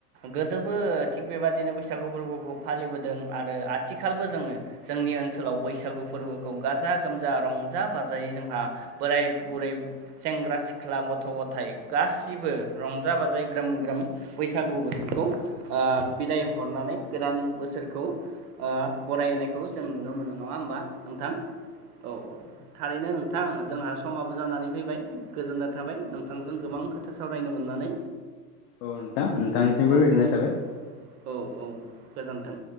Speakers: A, on the right; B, on the left.
A: गोदोबो थिग बेबादिनो बैसागु फोरबोखौ फालिबोदों आरो आथिखालबो जोङो जोंनि ओनसोलाव बैसागु फोरबोखौ गाजा गोमजा रंजा बाजायै जोंहा बोराय। बुरै सेंग्रा सिख्ला गथ' गथाय गासिबो रंजा बाजायै ग्रोम ग्रोम। बैसागु बोथोरखौ आ बिदाय हरनानै गोदान बोसोरखौ आ। बरायनायखौ जों नुनो मोनो नङा होमबा नोंथां? औ औ थारैनो नोंथां जोंहा समाव जानानै फैबाय गोजोननाय थाबाय नोंथांजों गोबां खोथा सावरायनो मोननानै
B: औ नोंथां नोंथांनिसिमबो
A: औ
B: गोजोननाय
A: औ
B: थाबाय
A: औ औ गोजोन्थों।